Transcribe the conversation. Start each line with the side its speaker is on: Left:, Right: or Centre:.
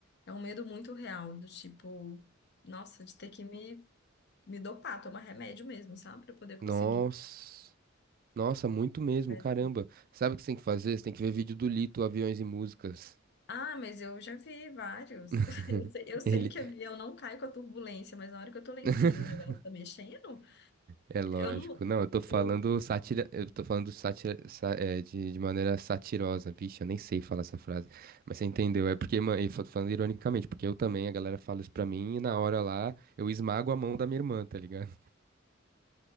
Left: é um medo muito real, do tipo, nossa, de ter que me, me dopar, tomar remédio mesmo, sabe? Para poder conseguir.
Right: Nossa. Nossa, muito mesmo,
Left: né?
Right: caramba. Sabe o que você tem que fazer? Você tem que ver vídeo do Lito, Aviões e Músicas.
Left: Ah, mas eu já vi vários.
Right: <laughs>
Left: <laughs> Eu sei, eu sei
Right: Ele.
Left: que avião não cai com a turbulência, mas na hora que eu tô lá em
Right: <laughs>
Left: cima e o negócio tá mexendo,
Right: É
Left: eu
Right: lógico.
Left: não.
Right: Não, eu tô falando
Left: Eu...
Right: sátira, eu tô falando sátira, sa- é, de, de maneira satirosa, vixe, eu nem sei falar essa frase. Mas você entendeu? É porque, mano, eu tô falando ironicamente, porque eu também, a galera fala isso pra mim e na hora lá eu esmago a mão da minha irmã, tá ligado?